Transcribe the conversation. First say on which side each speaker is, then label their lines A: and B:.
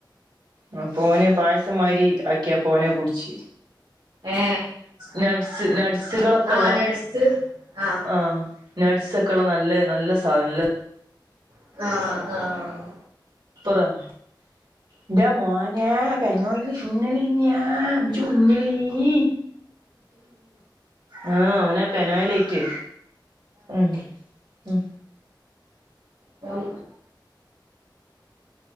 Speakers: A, on the right; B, on the right.
A: ഉം പോന് പായസം മാരി ആക്കിയാ പോനെ കുടിച്ച്
B: ഏ
A: ന ന്സുകളൾൊക്കെ
B: ആ
A: ഉള്ളേ
B: നഴ്സ് ആ
A: ആഹ നട്സ്ക്കെയുള്ള നല്ല നല്ല സാധനം നല്ല
B: ആഹ ആഹ
A: പുറം എന്താ മോനാ പെനോല ചുന്നലന്നയാ ചുന്നിലീ ആഹ ഓനപ്പനോ ലേറ്റ് ഉ ഉം
B: ഉം